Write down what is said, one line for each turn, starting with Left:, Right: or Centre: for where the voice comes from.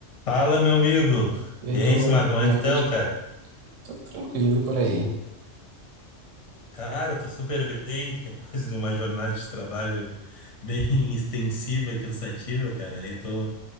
Left: Fala, meu amigo.
Right: E aí,
Left: E é
Right: dou
Left: isso, Marco,
Right: boa
Left: como é que estão,
Right: noite.
Left: cara?
Right: Tô tranquilo e por aí.
Left: Cara, eu tô super bem, <laughs> depois de uma jornada de trabalho bem <laughs> extensiva e cansativa, cara. Aí eu tô,